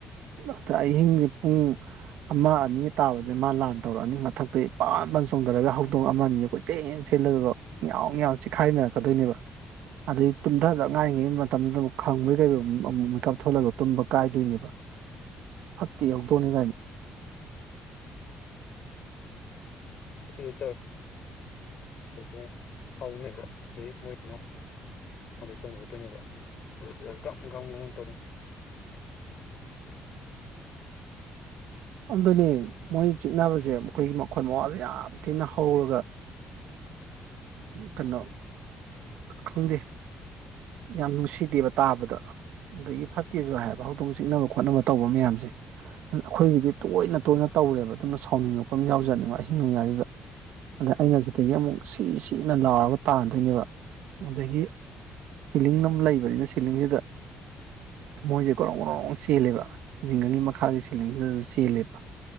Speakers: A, on the right (about 80°); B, on the left (about 65°).
A: ꯑꯗꯥ ꯑꯍꯤꯡꯁꯦ ꯄꯨꯡ ꯑꯃ ꯑꯅꯤ ꯇꯥꯕꯁꯦ ꯃꯥ ꯂꯥꯟ ꯇꯧꯔꯛꯑꯅꯤ ꯃꯊꯛꯇꯒꯤ ꯐꯟ ꯐꯟ ꯆꯣꯡꯊꯔꯒ ꯍꯧꯗꯣꯡ ꯑꯃꯅꯤ ꯁꯦ ꯀꯣꯏꯆꯦꯟ ꯆꯦꯜꯂꯒꯗꯣ ꯉꯌꯥꯎ ꯉꯌꯥꯎ ꯆꯤꯈꯥꯏꯅꯔꯛꯀꯗꯣꯏꯅꯦꯕ ꯑꯗꯩ ꯇꯨꯝꯊꯗꯛ ꯉꯥꯏꯔꯤꯉꯩ ꯃꯇꯝꯗꯨꯛ ꯈꯪꯕꯣꯏ ꯀꯩꯕꯣꯏ ꯑꯃꯨꯛ ꯃꯤꯀꯞ ꯊꯣꯛꯂꯒ ꯇꯨꯝꯕ ꯀꯥꯏꯗꯣꯏꯅꯦꯕ ꯐꯠꯇꯤ ꯌꯥꯎꯗꯣꯅꯤꯀꯥꯏꯅ
B: ꯁꯤꯗ ꯇꯧ ꯐꯥꯎꯅꯦꯕ ꯑꯁꯤ ꯃꯣꯏ ꯃꯗꯩ ꯆꯣꯡꯅꯔꯛꯇꯣꯏꯅꯦꯕ ꯍꯧꯖꯤꯛꯁꯔ ꯀ ꯀꯝꯅ ꯇꯧꯅꯤ
A: ꯑꯗꯨꯅꯤ ꯃꯣꯏ ꯆꯤꯛꯅꯕꯁꯦ ꯃꯈꯣꯏꯒꯤ ꯃꯈꯣꯏ ꯃꯋꯥꯁꯦ ꯌꯥꯝ ꯊꯤꯅ ꯍꯧꯔꯒ ꯀꯅꯥꯣ ꯈꯪꯗꯦ ꯌꯥꯝ ꯅꯨꯡꯁꯤꯗꯦꯕ ꯇꯥꯕꯗ ꯑꯗꯒꯤ ꯐꯠꯇꯦꯁꯨ ꯍꯥꯏꯕ ꯍꯧꯗꯣꯡ ꯆꯤꯛꯅꯕ ꯈꯣꯠꯅꯕ ꯇꯧꯕ ꯃꯌꯥꯝꯁꯦ ꯑꯩꯈꯣꯏꯒꯤꯗꯤ ꯇꯣꯏꯅ ꯇꯣꯏꯅ ꯇꯧꯔꯦꯕ ꯑꯗꯨꯝꯅ ꯁꯥꯎꯅꯤꯡꯉꯛꯄ ꯑꯃ ꯌꯥꯎꯖꯅꯤꯡꯕ ꯑꯍꯤꯡ ꯑꯣꯏꯉꯩꯗꯨꯗ ꯑꯗ ꯑꯩꯅꯖꯤꯗꯒꯤ ꯑꯃꯨꯛ ꯁꯤ ꯁꯤꯅ ꯂꯥꯎꯔꯒ ꯇꯥꯟꯗꯣꯏꯅꯦꯕ ꯑꯗꯒꯤ ꯁꯤꯂꯤꯡ ꯑꯃꯝ ꯂꯩꯕꯅꯤꯅ ꯁꯤꯂꯤꯡꯁꯤꯗ ꯃꯣꯏꯖꯦ ꯒꯣꯔꯣꯡ ꯒꯣꯔꯣꯡꯑꯅꯥ ꯆꯦꯜꯂꯦꯕ ꯖꯤꯡꯒꯒꯤ ꯃꯈꯥꯒꯤ ꯁꯦꯂꯤꯡꯁꯤꯗꯁꯨ ꯆꯦꯜꯂꯦꯕ